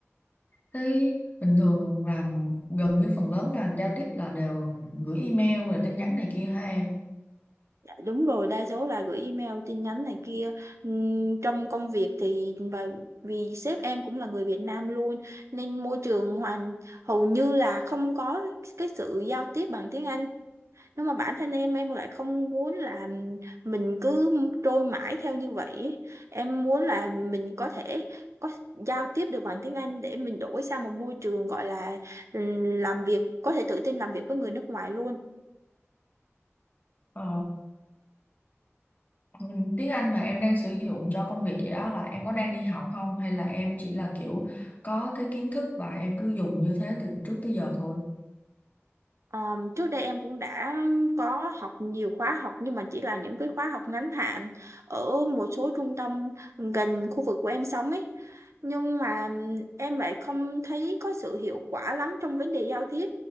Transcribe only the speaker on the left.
thế bình thường làm gần như phần lớn là giao tiếp là đều gửi email rồi tin nhắn này kia hả em
ờ Ừ, tiếng Anh mà em đang sử dụng cho công việc vậy đó là em có đang đi học không hay là em chỉ là kiểu có cái kiến thức và em cứ dùng như thế từ trước tới giờ thôi?